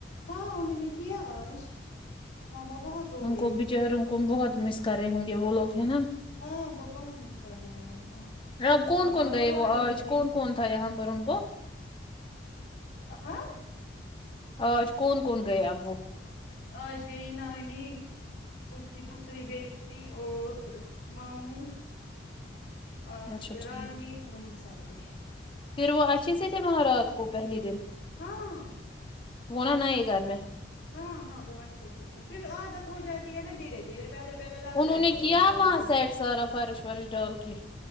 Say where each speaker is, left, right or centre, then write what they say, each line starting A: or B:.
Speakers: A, on the left; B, on the left.
A: ہاں انہوں نے کیا آج ماما بہت رو
B: ان
A: رہی
B: کو بچاروں
A: تھی
B: کو بہت مس کر رہے ہوں گے وہ لوگ ہیں نا
A: ہاں وہ بہت مس کر رہے ہیں ان کو
B: آپ کون
A: ماما
B: کون
A: رو
B: گئے وہ
A: رہی
B: آج
A: تھی
B: کون کون تھا یہاں پر ان کو
A: ہاں
B: آج کون کون گیا وہ
A: اج گیی نانی اس کی دوسری بیٹی اور ماموں اج
B: اچھا
A: کی
B: ٹھیک
A: رانی وہی سب گیے
B: پھر وہ اچھے سے تھے وہاں رات کو پہلے دن
A: ہاں
B: وہ نہ نیے گھر میں
A: ہاں ہاں وہ اچھے سے تھے پھر عادت ہو جاتی ہے نا دھیرے دھیرے پہلے پہلے لگ
B: انہوں
A: جائے
B: نے
A: گا
B: کیا
A: ان کو
B: وہاں
A: یہ چیز۔
B: سیٹ سارا فرش ورش ڈال کے